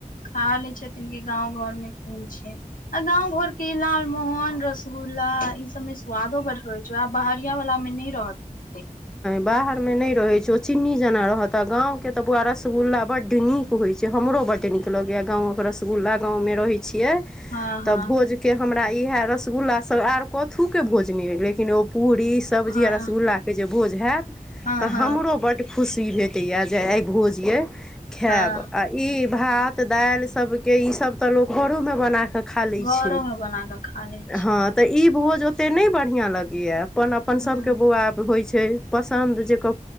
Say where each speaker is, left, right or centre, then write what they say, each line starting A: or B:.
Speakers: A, on the left; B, in the centre.
A: खा लै छथिन कि गाँंव घर मे कोन छै आ गाँव घर केँ इ लाल मोहन रसगुल्ला ला ई सबमे स्वादो बड्ड रहै छै वैह बहरिया वला मे नहि रहत ओत्ते
B: बाहर में नहि रहे छै ओ चीन्नी जेना रहत गाँव केऽ बौुआ रसगुल्ला बड नीक होय छै हमरो बड्ड नीक लगैया गाँवक रसगूल्ला गाँव मे रहै छिये
A: हँ हँ
B: तब भोज केँ हमरा इहै रसगुल्ला सब आर कथुके भोजने अइ लेकिन ओ पूड़ी सब्जी
A: हँ
B: आ रसगुल्ला के जे भोज हयत
A: हँ
B: तऽ
A: हँ
B: हमरो बड्ड खुशी भे येह जे आइ भोज यै खायब
A: हँ
B: आ ई भात दालि सबके ई सब तऽ लोग घरोमे बनाकऽ खा लैत
A: घरो
B: छै
A: मे बना कऽ खा लै छी
B: हँ तऽ ई भोज ओत्ते नै बढियां बढ़ियां लगैये अपन अपन सभ
A: हँ
B: के बौआ आब होइ छै पसन्द जेकर